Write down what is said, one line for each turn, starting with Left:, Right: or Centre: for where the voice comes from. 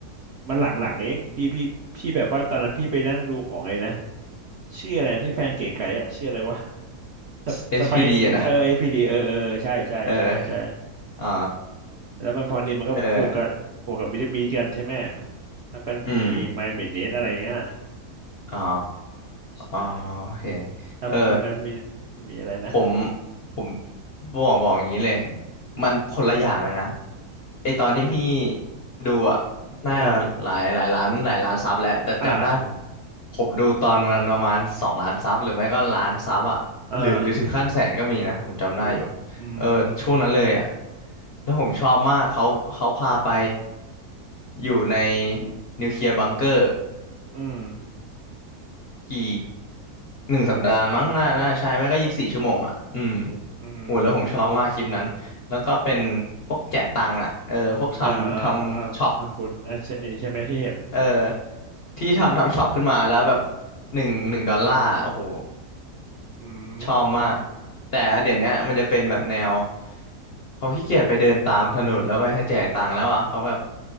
Right: มันหลังๆเองพี่พี่พี่แบบว่าตอนนั้นพี่ไปนั่งดูของไอ้นะชื่ออะไรนะที่แฟนเก๋ไก๋อะชื่ออะไรวะสปสไปเออเอพีดีเออเออเออใช่ใช่ใช่ใช่
Left: SPD อชพีดีอะนะเอออ๋อ
Right: แล้วมันพอดีมันก็พวกกับพวกกับบิตบิตกันใช่ไหม
Left: เออ
Right: แล้วก็มีไมเมเนสอะไรอย่างเงี้ย
Left: อืมอ๋อ
Right: ใช่
Left: อ๋อโอเค
Right: แล้วแล้วมันมี
Left: เออ
Right: มีอะไรนะ
Left: ผมผมบอกบอกอย่างนี้เลยมันคนละอย่างเลยนะไอตอนที่พี่ดูอ่ะน่าหลายหลายล้านหลายล้านซับแล้วแต่จำได้ผม
Right: เอออ่า
Left: ผมดูตอนมันประมาณสองล้านซับหรือไม่ก็ล้านซับอ่ะหรือหรือถึงขั้นแสนก็มีนะผมจำได้อยู่
Right: อ่า เอาอืม
Left: เออช่วงนั้นเลยอ่ะแล้วผมชอบมากเขาเขาพาไปอยู่ในนิวเคลียร์บังเกอร์
Right: อืม
Left: กี่หนึ่งสัปดาห์มั้งน่าน่าใช่ไม่ก็ยี่สิบสี่ชั่วโมงอ่ะอืม
Right: อื
Left: โหแล้วผมชอบมากคลิปนั้นแล้วก็เป็นพวกแจกตังค์อ่ะเออพวกทำทำช็อป
Right: มอ่าอ่าอ่าทำบุญอ่าใช่ใช่ไหมที่เห็น
Left: เออที่ทำทำช็อปขึ้นมาแล้วแบบหนึ่งหนึ่งดอลลาร์โอ้โห
Right: อืม
Left: ชอบมากแต่เดี๋ยวเนี้ยมันจะเป็นแบบแนวเขาขี้เกียจไปเดินตามถนนแล้วไปให้แจกตังค์แล้วอ่ะเขาแบบ